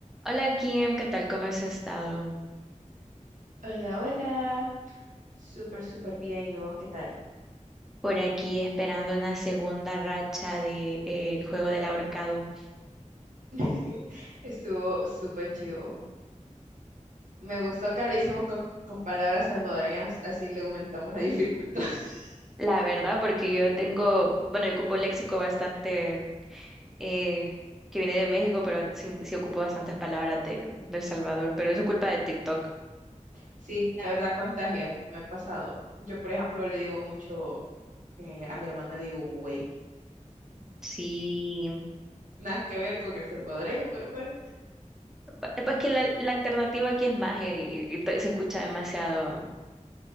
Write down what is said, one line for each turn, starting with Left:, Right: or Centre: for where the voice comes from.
Centre: Hola Kim, ¿qué tal? ¿Cómo has estado?
Right: Hola, hola. Súper, súper bien. ¿Y vos qué tal?
Centre: Por aquí esperando una segunda racha de, eh, el juego del ahorcado.
Right: <laughs> Estuvo súper chivo. Me gustó que le hicimos con, con palabras salvadoreñas, así le aumentamos la dificultad. <laughs>
Centre: La verdad, porque yo tengo, bueno, yo ocupo léxico bastante eh, que viene de México, pero sí, sí ocupo bastantes palabras de, de El Salvador, pero eso es culpa de TikTok.
Right: Sí, la verdad contagia. Me ha pasado. Yo, por ejemplo, le digo mucho eh, a mi hermana, le digo, güey.
Centre: Sí,
Right: Nada que ver con el salvadoreño, pero bueno.
Centre: ba- pues que la, la alternativa aquí es magia y, y to- y se escucha demasiado,